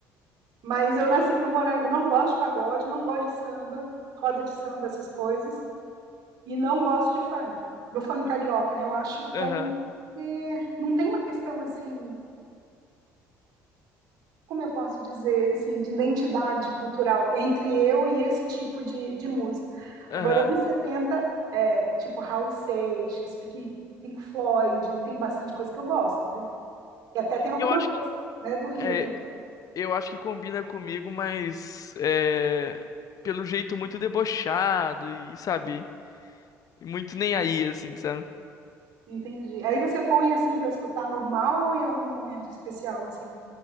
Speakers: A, on the right; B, on the left.
A: mas eu nasci para morar, eu não gosto de pagode, não gosto de samba, roda de samba, essas coisas. e não gosto de funk, do funk carioca, né? Eu acho que
B: Aham,
A: é um. é, não tem uma questão assim, como eu posso dizer, assim, de identidade cultural entre eu e esse tipo de, de música.
B: aham.
A: Agora, anos 70 é, tipo Raul Seixas, Pink, Pink Floyd, tem bastante coisa que eu gosto, viu? E até tem alguma
B: Eu acho
A: coisa,
B: que
A: né, do Rio
B: é,
A: também.
B: eu acho que combina comigo, mas é, pelo jeito muito debochado e sabe, muito nem aí assim, sabe?
A: Entendi. Aí você põe assim para escutar normal ou em algum momento especial, assim?